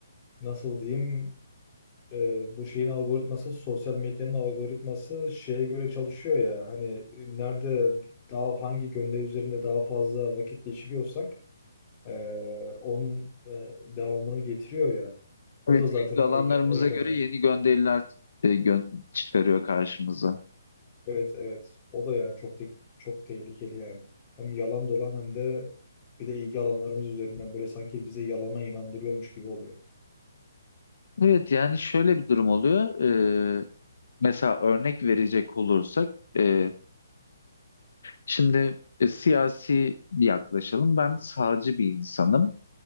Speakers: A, on the left (about 25°); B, on the left (about 70°).
A: nasıl diyeyim e, bu şeyin algoritması sosyal medyanın algoritması şeye göre çalışıyor ya hani e, nerede daha hangi gönderi üzerinde daha fazla vakit geçiriyorsak e, onun e, devamını getiriyor ya. O
B: evet
A: da zaten
B: ilgi alanlarımıza
A: ek ekranı.
B: göre yeni gönderiler e, gö- çıkarıyor karşımıza.
A: Evet evet. O da yani çok te- çok tehlikeli yani. Hem yalan dolan hem de bir de ilgi alanlarımız üzerinden böyle sanki bize yalana inandırıyormuş gibi oluyor.
B: Evet yani şöyle bir durum oluyor. Ee, mesela örnek verecek olursak e, Şimdi e, siyasi yaklaşalım. Ben sağcı bir insanım.